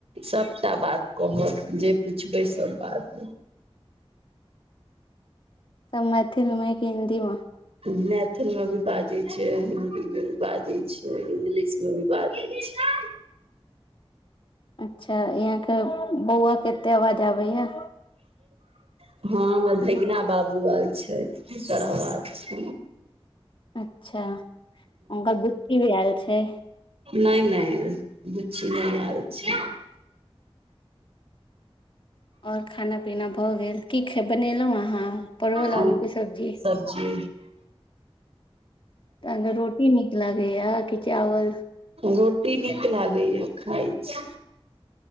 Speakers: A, on the right (about 75°); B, on the left (about 55°).
A: सबटा बात कहत जे पुछबै सब बात
B: सब मैथिल में कि हिन्दी में
A: मैथिलीमें भी बाजै छै हिन्दी में भी बाजै छै इंग्लिशमे भी बाजै छै
B: अच्छा यहां के बौआ केते आवाज आबे या
A: हं हँ हमर भगना बाबू आल छै दोसर आवाज छै
B: अच्छा ओनक बुद् भी आयल छै
A: नय नय बुचि नय आर छी
B: आओर खाना पीना भऽ गेल की बनेलहुँ अहाँ परवल
A: आ
B: आलू के सब्जी
A: सबजी
B: तऽ रोटी नीक लागैया कि चावल
A: रोटी नीक लागैएा खाइ छी